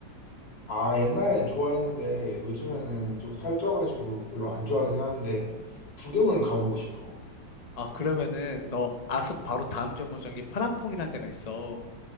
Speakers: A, on the left (about 75°); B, on the left (about 35°).
A: 아, 옛날에 좋아했는데 요즘에는 좀 살쪄가지고 별로 안 좋아하긴 하는데 구경은 가보고 싶어.
B: 아, 그러면은 너 아속 바로 다음 정거장이 파란퐁이라는 데가 있어.